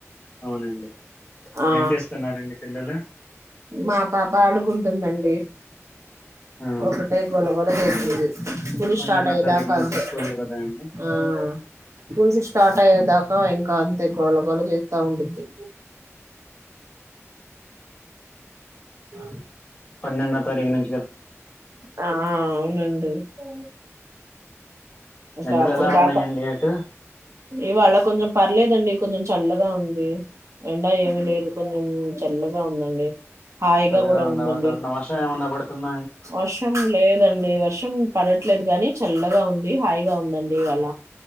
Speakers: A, on the left; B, on the right.
A: అవునండి
B: ఆ
A: ఏం చేస్తున్నారండి పిల్లలు
B: మా పాప అడుగుంటుందండి
A: ఆ
B: ఒకటే గొలగొల చేసంది పూల్
A: పన్నెండో
B: స్టార్ట్ అయ్యేదాకా
A: తారీఖు నుంచి
B: అంతే
A: స్కూల్లు కదా అండి
B: ఆ పూల్స్ స్టార్ట్ అయ్యేదాకా ఇంకా అతే గోళగోళ చేస్తా ఉంద్ది అ
A: పన్నెండో తారీఖు ను
B: ఆ అవునండి అ ఇంకా
A: ఎండలు
B: అప్పుడు
A: ఎలా ఉన్నాయండి
B: దాకా
A: అటు
B: ఇవాళ కొంచెం పర్లేదండి కొంచెం చల్లగా ఉంది ఎండా ఏమి లేదు కొంచెం చల్లగా ఉందండి హాయిగా
A: చల్లగా
B: కూడా
A: ఉందా
B: ఉందండి.
A: మ వర్షం ఏమన్నా పడుతుంద
B: వర్షం లేదండి వర్షం పడట్లేదు కాగాని చల్లగా ఉంది హాయిగా ఉందండి వాళ్ళ